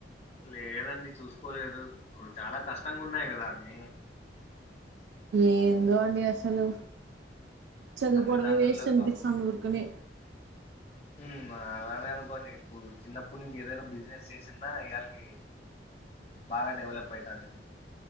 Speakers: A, on the left; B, on the right.
A: లేదండి చూసుకోలేదు ఇప్పుడు చాలా కష్టంగా ఉన్నాయి కదా అన్ని
B: ఏందో అండి అసలు చదువుకోడమే
A: అన్ని దానుల్లో
B: వస్ట్ అనిపిస్తంది
A: క-
B: ఊరికనే
A: ఉమ్మ్ అలానే అనుకోండి ఇప్పుడు చిన్నప్పటి నుంచి ఏదైనా బిజినెస్ చేసిన ఇయళకి బాగా డెవలప్ అయితంటిమీ